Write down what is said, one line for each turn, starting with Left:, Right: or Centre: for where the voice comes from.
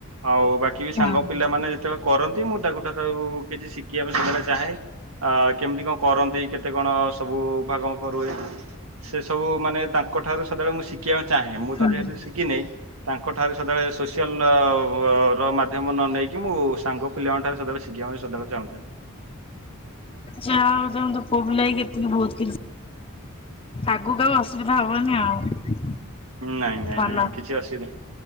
Right: ଆଉ ବାକି ବି
Left: ହୁଁ
Right: ସାଙ୍ଗ ପିଲାମାନୋନ ଯେତେବେଳେ କରନ୍ତି ମୁଁ ତାଙ୍କଠାରୁ କିଛି ଶିଖିବା ପାଇଁ ସେତେବେଳେ ଚାହେଁ। ଆ କେମିତି କଣ କରନ୍ତି କେତେ କଣ ସବୁ ଭାଗ ମାପ ରୁହେ। ସେ ସବୁ ମାନେ ତାଙ୍କଠାରୁ ସେତେବେଳେ ମୁଁ ଶିଖିବାକୁ ଚାହେଁ ମୁଁ
Left: ହୁଁ
Right: ତ ଯେହେତୁ ଶିଖିନି। ତାଙ୍କଠାରେ ସଦାବେଳେ ସୋସିଆଲ ର ମାଧ୍ୟମ ନ ନେଇକି ମୁଁ ସାଙ୍ଗ ପିଲାଙ୍କ ଠାରୁ ସଦାବେଳେ ଶିଖିବା ପାଇଁ ସଦାବେଳେ ଚାହୁଁଥାଏ।
Left: ଯାହା ହଉ ତମେତ ପୁଅ ପିଲା ହେଇକି ବହୁତ କିଛି ଆଗକୁ ଆ ଅସୁବିଧା ହବନି ଆଉ।
Right: ନାଇଁ ନାଇଁ
Left: ଭଲ
Right: ନାଇଁ କିଛି ଅସୁବିଧା